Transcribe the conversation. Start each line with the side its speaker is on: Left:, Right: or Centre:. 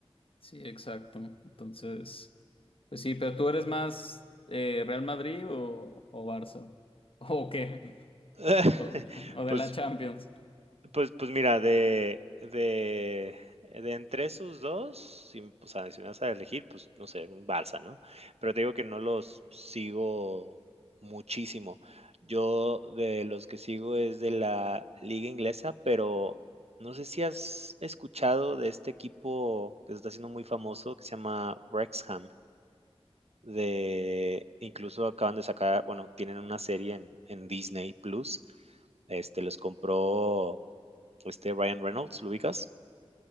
Left: Sí, exacto. Entonces, pues sí, pero tú eres más eh, Real Madrid o, o Barça. <laughs> ¿O qué?
Right: <laughs>
Left: O, o de
Right: Pues
Left: la Champions.
Right: Pues pues mira, de de de entre esos 2, si, o sea, si me vas a elegir, pues, no sé, un Barça, ¿no? Pero te digo que no los sigo muchísimo. Yo de los que sigo es de la liga inglesa, pero no sé si has escuchado de este equipo que se está haciendo muy famoso, que se llama Wrexham, de incluso acaban de sacar, bueno, tienen una serie en en Disney Plus, este, los compró este Ryan Reynolds, ¿lo ubicas?